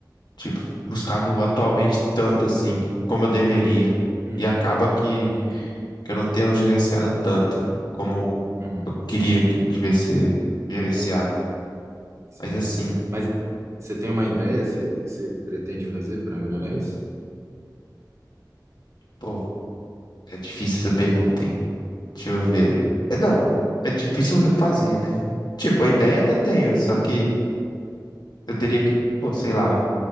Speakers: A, on the left; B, on the right.
A: tipo, buscado atualmente tanto assim como eu deveria.
B: uhum,
A: E acaba que
B: entendi.
A: que eu não tenho gerenciado tanto como
B: Uhum,
A: eu queria que tivesse ser gerenciado.
B: sim,
A: Mas assim,
B: sim. Mas você tem uma ideia, assim, do que você pretende fazer para melhorar isso?
A: pô, é difícil essa pergunta, hein? Deixa eu ver.
B: Sim.
A: É, não, é difícil fazer, né? Tipo, a ideia até tenho, só que eu teria que, pô, sei lá,